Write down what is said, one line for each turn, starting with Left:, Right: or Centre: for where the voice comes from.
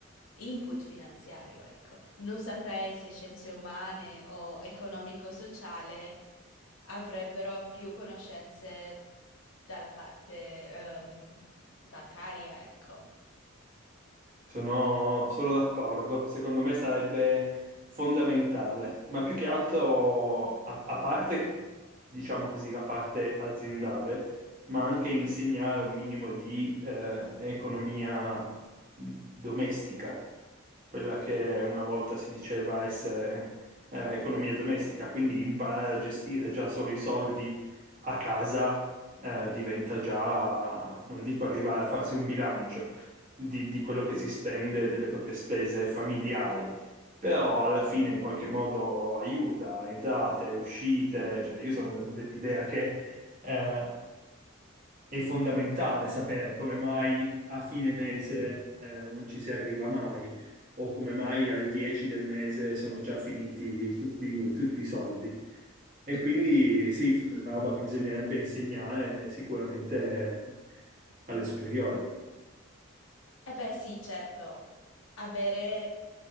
Left: input finanziario, ecco. Non saprei se scienze umane o economico-sociale avrebbero più conoscenze dalla parte, ehm, bancaria, ecco.
Right: Sono, sono d'accordo, secondo me sarebbe fondamentale, ma più che altro, a, a parte, diciamo così, la parte aziendale, ma anche insegnare un minimo di eh, economia di- domestica, quella che una volta si diceva essere eh, economia domestica, quindi imparare a gestire già solo i soldi a casa eh, diventa già, non dico arrivare a farsi un bilancio di, di quello che si spende, delle proprie spese familiari, però alla fine in qualche modo aiuta entrate, uscite, cioè io sono de- dell'idea che eh, è fondamentale sapere come mai a fine mese eh, non ci si arriva mai o come mai alle 10 del mese sono già finiti tutti, tutti i soldi. E quindi sì, è una roba che bisognerebbe insegnare sicuramente alle superiori.
Left: Eh beh, sì, certo, avere